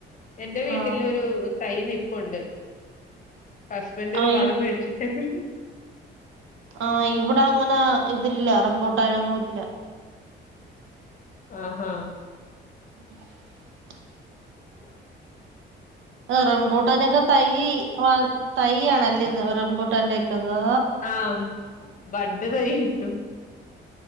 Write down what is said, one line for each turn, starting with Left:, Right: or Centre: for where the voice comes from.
Left: എൻന്റെ വീട്ടില
Right: ആ
Left: ഒരു തൈ നിപ്പുണ്ട് ഹസ്ബൻഡ്
Right: ആ
Left: ഒരു വളം മേടിച്ചിട്ടക്ക
Right: ആഹ് ഇവിടെ അങ്ങനെ ഇതില്ല. റബൂട്ടാനൊന്നും ഇല്ല.
Left: ആഹ് ആഹ്
Right: ഉ
Left: ആ
Right: റംബൂട്ടാനൊക്കെ തയ്യ് ആഹ് തയ്യ് ആഹ് നല്ലഹ്. റംബൂട്ടാന്റെ ക്കെ അതോ.
Left: ആഹ് ബഡ്ഡ് തൈ കിട്ടും.